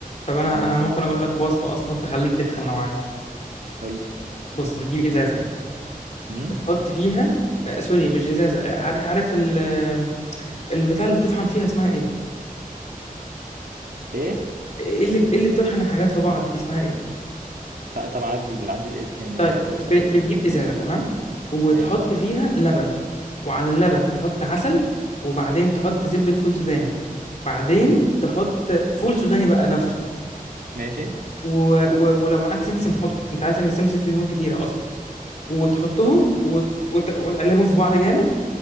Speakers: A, on the left; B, on the right.
A: طب انا
B: آه
A: انا ممكن اقول لك وصفه اصلا تخليك تتخن لو عايز
B: قول لي
A: بص بتجيب ازازه
B: امم
A: بتحط فيها آه سوري مش ازازه آه، عار- عارف ال... آه، البتاع اللي بتطحن فيها اسمها ايه
B: ايه
A: ايه اللي إيه اللي بتطحن الحاجات في بعض دي اسمها ايه
B: ط- طب عدي عدي الاسم يعني
A: طيب
B: اوصل
A: ب-
B: لما-
A: بتجيب
B: ماشي
A: ازازه تمام وتحط
B: ماشي
A: فيها لبن وعلى اللبن تحط عسل وبعدين تحط زبده فول سوداني بعدين
B: مم.
A: تحط فول سوداني بقى نفسه
B: ماشي
A: و... و... ولو معاك سمسم حط انت عارف ان السمسم فيه دهون كتيره اصلا وتحطهم وت... وت... وتقلبهم في بعض جامد